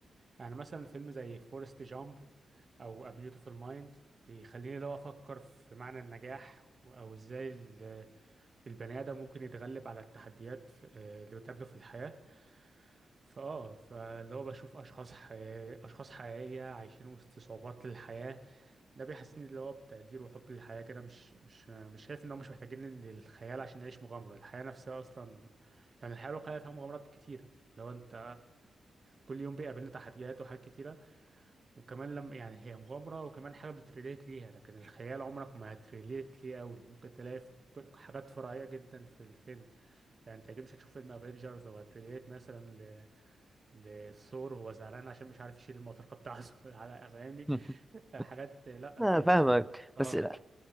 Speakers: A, on the right; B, in the centre.
A: يعني مثلا فيلم زي فورست جامب او A Beautiful Mind بيخليني لو افكر في معنى النجاح و- او ازاي ال- البني ادم ممكن يتغلب على التحديات في- آه، اللي بتقابله في الحياة فاه فاللي هو بشوف اشخاص حي... اشخاص حقيقية عايشين وسط صعوبات الحياة ده بيحسسني اللي هو بتقدير وحب للحياة كده مش مش مش شايف ان هو مش محتاجين ان الخيال عشان نعيش مغامرة الحياة نفسها اصلا يعني الحياة الواقعية فيها مغامرات كتيرة لو انت كل يوم بيقابلنا تحديات وحاجات كتيرة وكمان لما يعني هي مغامرة وكمان حاجة بتريليت ليها لكن الخيال عمرك ما هتريليت ليه قوي ممكن تلاقي في ك- حاجات فرعية جدا في الفيلم يعني انت اكيد مش هتشوف فيلم افنجرز او هتريليت مثلا ل... لثور وهو زعلان عشان مش عارف يشيل المطرقة بتاعته <laughs> على- فاهمني
B: <laughs>
A: حاجات لا
B: أنا فاهمك
A: اه
B: بس لا